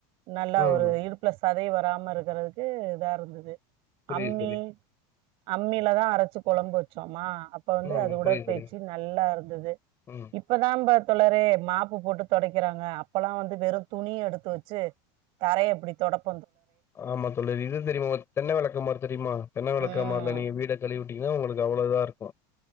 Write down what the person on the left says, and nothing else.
ம்
புரியுது
தோழி
ம்
புரியுது தோழி
ம்
ஆமா தோழி இது தெரீமா உங்களுக் தென்ன வெளக்கமாரு தெரீமா தென்ன வெளக்கமார்ல
நீங்க வீட களிவ்விட்டீங்னா உங்களுக்கு அவ்வளோ இதா இருக்கு